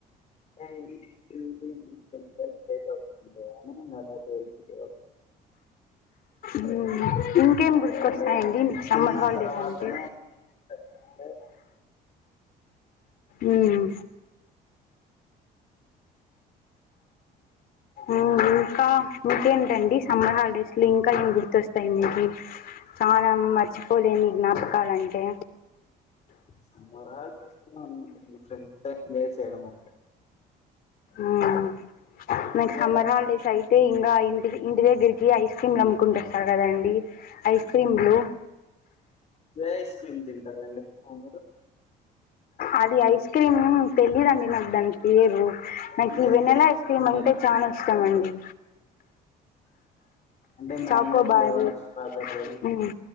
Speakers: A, on the left; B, on the left.
A: ఏయ్ ఇంటికి పొయ్యి <unintelligible> లేట్ అయితుంది అలానే ఇంగ అలాగే ఇంటికి <unintelligible>
B: మ్మ్ ఇంకేం గుర్తుకు
A: అండ్
B: వస్తాయండి మీకు సమ్మర్
A: తిన్న
B: హాలిడేస్
A: తర్వాతనే
B: అంటే
A: అంటే
B: మ్మ్ మ్మ్ ఇంకా ఇంకేంటండి సమ్మర్ హాలిడేస్ లో ఇంకా ఏమి గుర్తుొస్తాయి మీకి చాలా మర్చిపోలేని జ్ఞాపకాలు అంటే
A: సమ్మర్ హాలిడేస్ లో అంత గుర్తొచ్చే ప్లేస్ ఏడ పోము
B: మ్మ్ నిక్
A: ఎంజాయ్
B: సమ్మర్ హాలిడేస్ అయితే ఇంగా ఇంటిది ఇంటి దగ్గరికి కీ ఐస్ క్రీమ్లు అమ్ముకుంటు వస్తారు కదండి ఐస్ క్రీమ్లు
A: ఏ ఐస్ క్రీమ్ తింటారండి ఎక్కువ మీరు
B: అది ఐస్ క్రీమ్ తెలీదండి నాకు దాని పేరు నాకు
A: అంటే
B: ఈ వెనెలా
A: ఫ్లేవర్స్
B: ఐస్ క్రీమ్
A: ఉంటాయి
B: అంటే చాలా ఇష్టం అండి
A: అంటే మ్యాంగో
B: చాకోబారు
A: ఫ్లేవర్, స్ట్రాబెర్రీ
B: మ్మ్